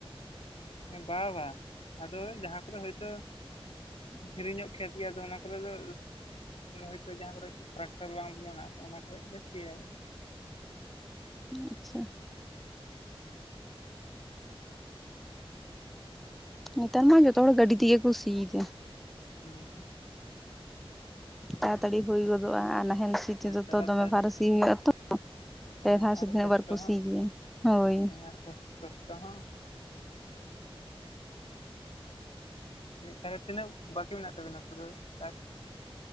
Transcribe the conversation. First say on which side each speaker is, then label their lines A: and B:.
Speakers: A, on the left; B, in the centre.
A: ᱦᱮ, ᱵᱟ ᱵᱟ᱾ ᱟᱫᱚ ᱡᱟᱦᱟᱸ ᱠᱚᱨᱮ ᱦᱳᱭᱛᱳ ᱫᱷᱤᱨᱤᱧᱚᱜ ᱠᱷᱮᱛ ᱜᱮᱭᱟ ᱟᱫᱚ ᱚᱱᱟ ᱠᱚᱨᱮ ᱫᱚ ᱦᱳᱭᱛᱳ ᱡᱟᱦᱟᱸ ᱠᱚᱨᱮ ᱴᱨᱟᱠᱴᱟᱨ ᱵᱟᱝ ᱵᱚᱞᱚᱱᱟ ᱛᱚ ᱚᱱᱟ ᱠᱚᱨᱮ ᱫᱚ ᱥᱤᱭᱟᱭ᱾
B: ᱟᱪᱪᱷᱟ᱾ ᱱᱮᱛᱟᱨ ᱢᱟ ᱡᱚᱛᱚ ᱦᱚᱲ ᱜᱟᱹᱰᱤ ᱛᱮᱜᱮ ᱠᱚ ᱥᱤᱭᱮᱫᱟ᱾
A: ᱦᱮᱸ ᱦᱮᱸ᱾
B: ᱛᱟᱲᱟᱛᱟᱹᱲᱤ ᱦᱩᱭ ᱜᱚᱫᱚᱜᱼᱟ ᱟᱨ ᱱᱟᱦᱮᱞ ᱱᱟᱦᱮᱞ ᱛᱮᱫᱚ
A: ᱛᱟᱲᱟᱛᱟᱲᱤ
B: ᱛᱚ ᱫᱚᱢᱮ ᱵᱟᱨ
A: ᱦᱚᱸ
B: ᱥᱤ ᱦᱩᱭᱩᱜ-ᱟ ᱛᱚ
A: ᱦᱮᱸ
B: ᱯᱮ ᱫᱷᱟᱣ
A: ᱟᱨ
B: ᱥᱮ ᱛᱤᱱᱟᱹᱜ
A: ᱠᱚᱥᱴᱚ
B: ᱵᱟᱨ ᱠᱚ
A: ᱦᱚᱸ
B: ᱥᱤ ᱜᱤᱭᱟ, ᱦᱳᱭ᱾
A: ᱦᱮᱸ ᱟᱨ ᱠᱚ ᱠᱚᱥᱴᱚ ᱦᱚ᱾ ᱛᱟᱦᱚᱞᱮ ᱛᱤᱱᱟᱹᱜ ᱵᱟᱹᱠᱤ ᱢᱮᱱᱟᱜ ᱛᱟᱵᱤᱱᱟ ᱯᱩᱨᱟᱹ ᱴᱟᱠᱥ?